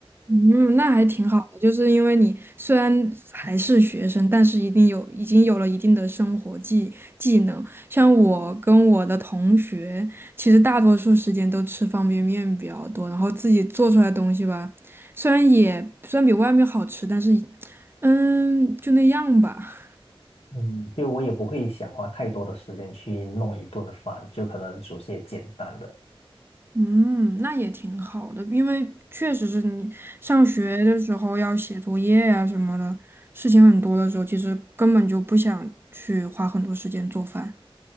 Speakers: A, on the right (about 20°); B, on the left (about 80°).
A: 嗯，那还挺好的，就是因为你虽然还是学生，但是一定有已经有了一定的生活技技能。像我跟我的同学，其实大多数时间都吃方便面比较多，然后自己做出来的东西吧，虽然也虽然比外面好吃，但是嗯就那样吧。
B: <laughs> 嗯，就我也不会想花太多的时间去弄一顿饭，就可能煮些简单的。
A: 嗯，那也挺好的，因为确实是你上学的时候要写作业呀、什么的，事情很多的时候，其实根本就不想去花很多时间做饭，